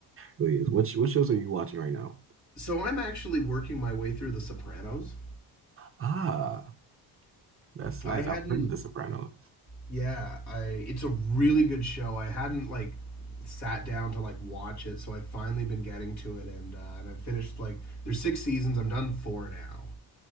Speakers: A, on the right; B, on the left.
A: Really is. What sh- what shows are you watching right now?
B: So I'm actually working my way through The Sopranos.
A: Ah, that's
B: I
A: nice.
B: hadn't.
A: I've heard of The Sopranos.
B: Yeah. I. It's a really good show. I hadn't like sat down to like watch it, so I've finally been getting to it, and uh, and I've finished like there's six seasons. I'm done four now.